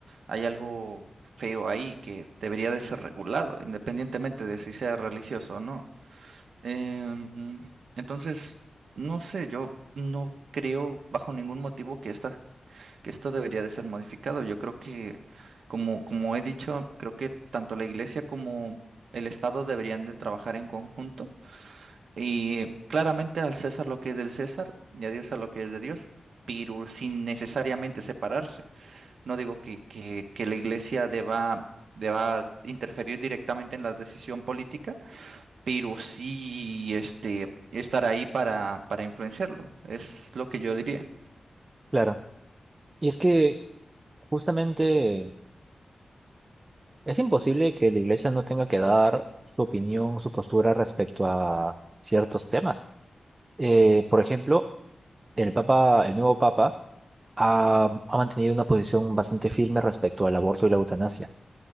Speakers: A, on the right (about 85°); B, on the right (about 25°).
A: Hay algo feo ahí que debería de ser regulado, independientemente de si sea religioso o no. Em, entonces, no sé, yo no creo bajo ningún motivo que esta, que esto debería de ser modificado. Yo creo que, como, como he dicho, creo que tanto la iglesia como el Estado deberían de trabajar en conjunto y claramente al César lo que es del César y a Dios a lo que es de Dios, pero sin necesariamente separarse. No digo que, que- que la iglesia deba, deba interferir directamente en la decisión política, pero sí este, estar ahí para, para influenciarlo. Es lo que yo diría.
B: Claro. Y es que justamente es imposible que la iglesia no tenga que dar su opinión, su postura respecto a ciertos temas. Eh, por ejemplo, el papa, el nuevo papa ha, ha mantenido una posición bastante firme respecto al aborto y la eutanasia.